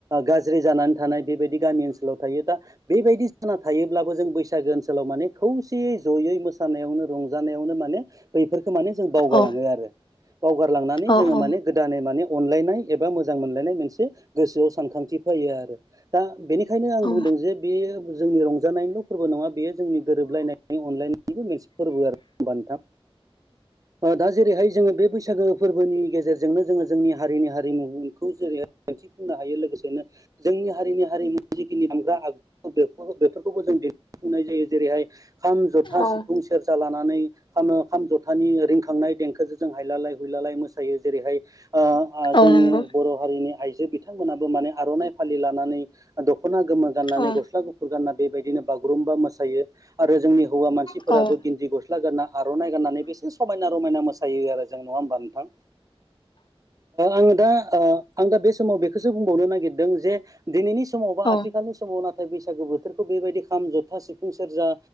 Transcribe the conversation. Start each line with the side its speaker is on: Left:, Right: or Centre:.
Right: गाज्रि गाज्रि जानानै थानाय बेबायदि गामि ओनसोलाव थायो दा बेबायदि जाना थायोब्लाबो जों बैसागो ओनसोलाव माने खौसेयै ज'यै मोसानायावनो रंजानायावनो माने बैफोरखौ माने जों बावगारलाङो
Left: औ
Right: आरो बावगारलांनानै
Left: औ
Right: जोङो
Left: औ
Right: माने गोदानै माने अनलायनाय एबा मोजां मोनलायनाय मोनसे गोसोआव सानखांथि फैयो आरो दा बेनि खायनो आं
Left: औ
Right: बुंदों जे बे जोंनि रंजानायनिल' फोरबो नङा बेयो जोंनि गोरोबलायनायनि अनलायनायनिबो मोनसे फोरबो आरो हबा नोंथां दा जेरैहाय जोङो बे बैसागो फोरबोनि गेजेरजोंनो जोङो जोंनि हारिनि हारिमुखौ जेरै दिन्थिफुंनो हायो लोगोसेनो जोंनि हारिनि हारिमुनि जिखिनि हामग्रा आगु बे बेफोरखौबो जों दि खुंनाय जायो जेरैहाय खाम, जथा,
Left: औ
Right: सिफुं, सेरजा लानानै नै खाम खाम जथानि रिंखांनाय देंखोजों जों हायलालाय हुइलालाय मोसायो जेरैहाय आ
Left: औ
Right: जोंनि
Left: नंगौ
Right: बर' हारिनि आइजो बिथांमोनाबो माने आर'नाइ फालि लानानै दख'ना गोमो गाननानै
Left: औ
Right: गस्ला गुफुर गानना बेबायदिनो बागुरुम्बा मोसायो आरो जोंनि हौवा मानसिफोराबो
Left: औ
Right: गिन्दि ग स्ला गारना आर'नाइ गारनानै एसे समायना रमायना मोसायो आरो जों नङा होमबा नोंथां आङो दा आं दा बे समाव बेखौसो बुंबावनो नागिरदों जे दिनैनि समाव बा
Left: औ
Right: आथिखालनि समाव नाथाय बैसागो बोथोरखौ बेबायदि खाम जथा सिफुं सेरजा